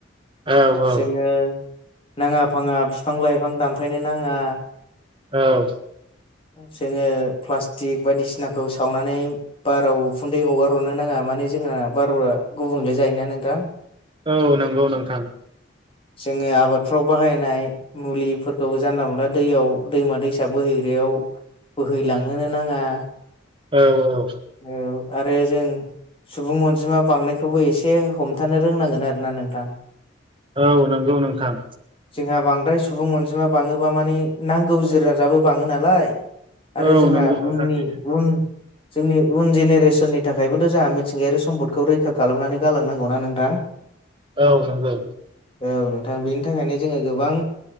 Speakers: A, on the right; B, on the left.
A: औ औ
B: जोङो नाङा फाङा बिफां लाइफां दानफायनो नाङा
A: औ
B: जोङो प्लास्टिक बायदिसिनाखौ सावनानै बाराव उखुन्दै हगाररनो नाङा माने जोंहा बार'ा गुबुंले जायोना नोंथां
A: औ नंगौ नोंथां
B: जोङो आबादफ्राव बाहायनाय मुलिफोरखौ जानला मोनला दैयाव दैमा दैसा बोहैग बेयाव बोहैलांहोनो नाङा
A: औ औ
B: औ आरो जों सुबुं अनजिमा बांनायखौबो एसे हमथानो रोंनांगोन आरो ना नोंथां
A: औ नंगौ नोंथां
B: जोंहा बांद्राय सुबुं अनजिमा बाङोबा माने नांगौ जिरा जाबो बाङो नालाय आरो
A: औ
B: जोंहा
A: नंगौ नोंथां
B: उननि
A: सैथो
B: उन जोंनि उन जेनेरेसननि थाखायबोथ' जोंहा मिथिंगायारि सम्पदखौ रैखा खालामनानै गालांनांगौनाा नोंथां <inaudible>
A: औ नंगौ
B: औ नोंथां बेनि थाखायनो जोङो गोबां